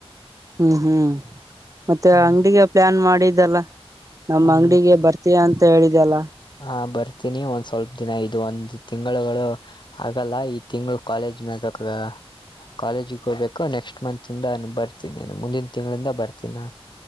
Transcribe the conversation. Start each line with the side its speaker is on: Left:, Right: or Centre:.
Right: ಹ್ಮ್ ಹ್ಮ್ ಮತ್ತೆ
Left: ಹ್ಮ್
Right: ಅಂಗಡಿಗೆ ಪ್ಲಾನ್ ಮಾಡಿ ದೆಲ್ಲ ನಮ್ಮ್
Left: ಹ್ಮ
Right: ಅಂಗಡಿಗೆ ಬರ್ತೀಯ ಅಂತ ಹೇಳಿದೆಲ್ಲ
Left: ಹ ಬರ್ತೀನಿ ಒಂದ್ ಸ್ವಲ್ಪ ದಿನ ಇದು ಒಂದು ತಿಂಗಳುಗಳು ಆಗಲ್ಲ ಈ ತಿಂಗಳು ಕಾಲೇಜ್ ಮಾಗ ಕಾ ಕಾಲೇಜಿಗೆ ಹೋಗಬೇಕು ನೆಕ್ಸ್ಟ್ ಮಂತ್ಂದ ನಾನು ಬರ್ತೀನಿ ಮುಂದಿನ ತಿಂಗಳಿಂದ ಬರ್ತೀನ್ ನಾನು